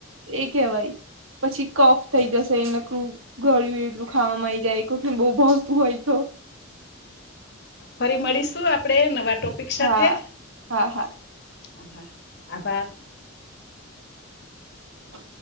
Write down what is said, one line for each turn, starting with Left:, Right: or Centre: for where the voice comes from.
Right: એ કહેવાય. પછી કફ થઈ જશે એ નકલું ગળ્યું એટલું ખાવામાં આવી જાયને બહુ ભાવતું હોય તો.
Left: ફરી મળીશું આપડે નવા ટોપિક સાથે?
Right: હા હા હા
Left: હ હા આભાર.
Right: હ.